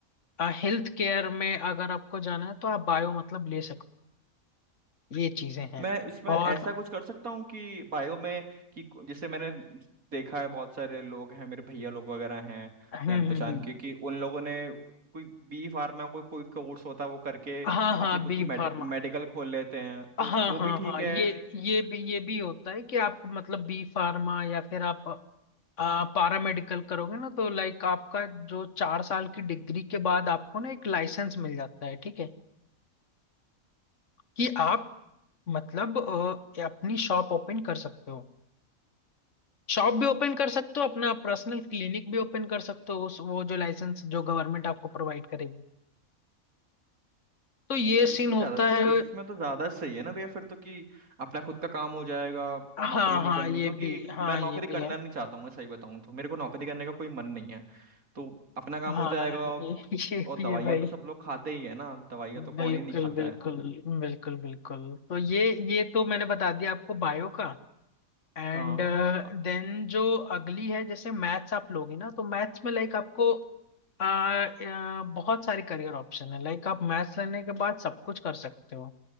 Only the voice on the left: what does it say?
हेल्थ केयर में अगर आपको जाना है तो आप बायो मतलब ले सकते हो। ये चीजें हैं
और
हम्म
हम्म,
हम्म।
हाँ हाँ
बी
फार्मा
हाँ
हाँ
हाँ
ये ये भी ये भी होता है कि आप मतलब बी फार्मा या फिर आप आ, पारामेडिकल करोगे ना तो लाइक आपका जो चार साल की डिग्री के बाद आपको ना एक लाइसेंस मिल जाता है ठीक है कि आप मतलब अ, अपनी शॉप ओपन कर सकते हो शॉप भी ओपन कर सकते हो अपना पर्सनल क्लिनिक भी ओपन कर सकते हो उस वो जो लाइसेंस जो गवर्नमेंट आपको प्रोवाइड करेगी तो ये
सीन
होता
है
हाँ
हाँ
ये
भी हाँ
ये
भी है
हाँ
ये ये
भी
है भाई
बिल्कुल
बिल्कुल
बिल्कुल बिल्कुल तो ये ये तो मैंने बता दिया आपको बायो का एंड
देन जो अगली है जैसे मैथ्स आप लोगे ना तो मैथ्स में लाइक आपको अ, अ, बहुत सारे करियर ऑप्शन है लाइक आप मैथ्स लेने के बाद सब कुछ कर सकते हो